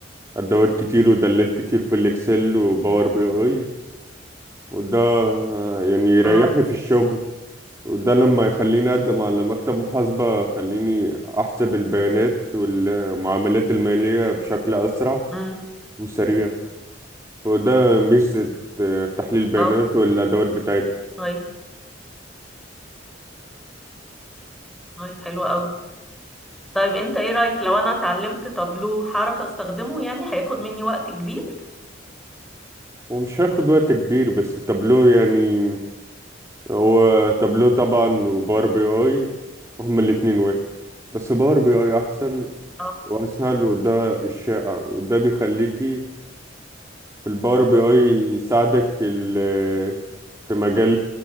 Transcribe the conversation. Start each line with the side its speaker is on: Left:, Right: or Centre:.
Right: أدوات كتير ودلات كتير في الإكسل وباور بي أي وده آه، يعني يريحني
Centre: اه
Right: في الشغل وده لما يخليني أقدم على مكتب محاسبة خليني أحسب البيانات والمعاملات المالية بشكل أسرع
Centre: امم
Right: وسريع وده ميزة آه، تحليل البيانات
Centre: اه
Right: والأدوات بتاعتها
Centre: طيب طيب حلو قوي طيب انت ايه رأيك لو انا اتعلمت تابلو هعرف استخدمه يعني هياخد مني وقت كبير
Right: ومش هياخد وقت كبير بس تابلو يعني هو تابلو طبعا وباور بي اي هما الاتنين واحد بس باور بي اي أحسن
Centre: اه
Right: وأسهل وده الشائع وده بيخليكي في الباور بي اي يساعدك في ال في مجال